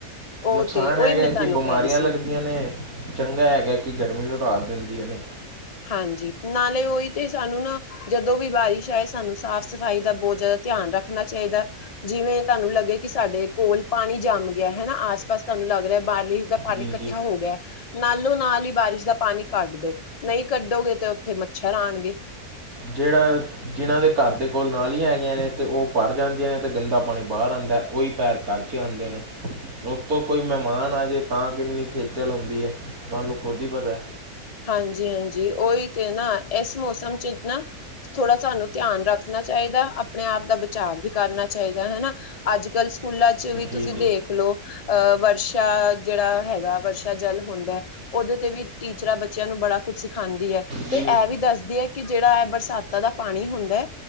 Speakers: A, on the left; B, on the right.
A: ਉਹ
B: ਨੁਕਸਾਨ
A: ਤੇ ਉਹੀ
B: ਏ ਹੈਗਾ
A: ਮੈਂ ਤੁਹਾਨੂੰ
B: ਕਿ ਬਿਮਾਰੀਆਂ
A: ਕਹਿ ਰਹੀ
B: ਲੱਗਦੀਆਂ।
A: ਸੀ
B: ਨੇ ਚੰਗਾ ਹੈਗਾ ਕਿ, ਗਰਮੀ ਨੂੰ ਰਾਤ ਦਿੰਦੀਆਂ ਨੇ।
A: ਹਾਂਜੀ, ਨਾਲੇ ਉਹੀ ਤੇ ਸਾਨੂੰ ਨਾ ਜਦੋਂ ਵੀ ਬਾਰਿਸ਼ ਆਏ। ਸਾਨੂੰ ਸਾਫ਼ ਸਫ਼ਾਈ ਦਾ ਬਹੁਤ ਜ਼ਿਆਦਾ ਧਿਆਨ ਰੱਖਣਾ ਚਾਹੀਦਾ। ਜਿਵੇਂ ਤੁਹਾਨੂੰ ਲੱਗੇ ਕਿ ਸਾਡੇ ਕੋਲ ਪਾਣੀ ਜੰਸ ਗਿਆ। ਹਨਾ, ਆਸ- ਪਾਸ ਤੁਹਾਨੂੰ ਲੱਗ। ਲੱਗ ਰਿਹਾ ਬਾਰਿਸ਼ ਦਾ ਪਾਣੀ
B: ਜੀ
A: ਇਕੱਠਾ
B: ਜੀ
A: ਹੋ ਗਿਆ। ਨਾਲੋਂ- ਨਾਲ ਹੀ ਬਾਰਿਸ਼ ਦਾ ਪਾਣੀ ਕੱਢ ਦੋ। ਨਹੀਂ ਕੱਢੋਗੇ ਤੇ ਉੱਥੇ ਮੱਛਰ ਆਉਣਗੇ।
B: ਜਿਹੜਾ ਜਿਨਾਂ ਦੇ ਘਰ ਦੇ ਕੋਲ ਨਾਲੀਆਂ ਹੈਗੀਆਂ ਨੇ। ਤੇ ਉਹ ਭਰ ਜਾਂਦੀਆਂ ਨੇ ਤੇ ਗੰਦਾ ਪਾਣੀ ਬਾਹਰ ਆਉਂਦਾ। ਉਹੀ ਪੈਰ ਘਰ ਚ ਆਉਂਦੇ ਨੇ। ਉੱਤੋਂ ਕੋਈ ਮਹਿਮਾਨ ਆ ਜਾਵੇ। ਤਾਂ ਕਿੰਨੀ ਖੇਚਲ ਹੁੰਦੀ ਹੈ, ਤੁਹਾਨੂੰ ਖੁਦ ਹੀ ਪਤਾ।
A: ਹਾਂਜੀ- ਹਾਂਜੀ ਉਹੀ ਤੇ ਨਾ। ਇਸ ਮੌਸਮ ਚ ਨਾ ਥੋੜਾ ਸਾਨੂੰ। ਧਿਆਨ ਰੱਖਣਾ ਚਾਹੀਦਾ। ਆਪਣੇ ਆਪ ਦਾ ਬਚਾਅ ਵੀ ਕਰਨਾ ਚਾਹੀਦਾ, ਹਨਾ। ਅੱਜ ਕੱਲ ਸਕੂਲਾਂ ਚ ਵੀ
B: ਜੀ
A: ਤੁਸੀਂ
B: ਜੀ
A: ਦੇਖ ਲਓ। ਅਹ ਵਰਸ਼ਾ ਜਿਹੜਾ ਹੈਗਾ, ਵਰਸ਼ਾ ਜਲ ਹੁੰਦਾ ਉਹਦੇ ਤੇ ਵੀ ਟੀਚਰਾਂ ਬੱਚਿਆਂ ਨੂੰ ਬੜਾ ਕੁੱਝ ਸਿਖਾਉਂਦੀ ਹੈ।
B: ਜੀ
A: ਤੇ ਇਹ ਵੀ ਦੱਸਦੀ ਹੈ, ਕਿ ਜਿਹੜਾ ਇਹ ਬਰਸਾਤਾਂ ਦਾ ਪਾਣੀ ਹੁੰਦਾ ਹੈ